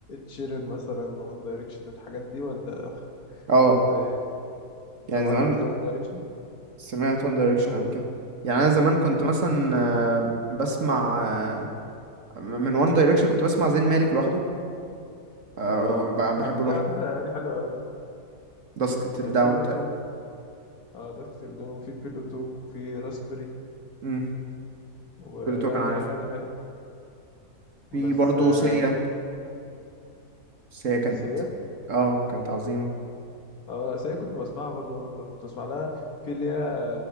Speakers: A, on the left; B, on the right.
A: تشيرن مثلا وان دايركشن الحاجات دي ولا
B: اه
A: كنت يعني
B: يعني
A: سمعت
B: زمان
A: قبل كده وان دايركشن
B: سمعت وان دايركشن قبل كده يعني انا زمان كنت مثلا آه، بسمع آه، من وان دايركشن كنت بسمع زين مالك لوحده آه،
A: اه
B: ب-
A: دي
B: بحبه
A: على دي
B: لوحده
A: على فكرة اغاني حلوة قوي
B: داسك تيل
A: يعني
B: داون
A: بيلو
B: تقريبا
A: توك اه داكسل دون وفي بيلو توك وفي راسبري
B: امم
A: ولا
B: بلوتو كان
A: ليه
B: عارف
A: اغاني حلوة
B: في
A: بس
B: برضه
A: آه
B: سيا سيا كانت
A: سيا
B: اه كانت عظيمه
A: اه لا، سيا كنت بسمعها برضه وانا صغير. كنت بسمع لها في اللي هي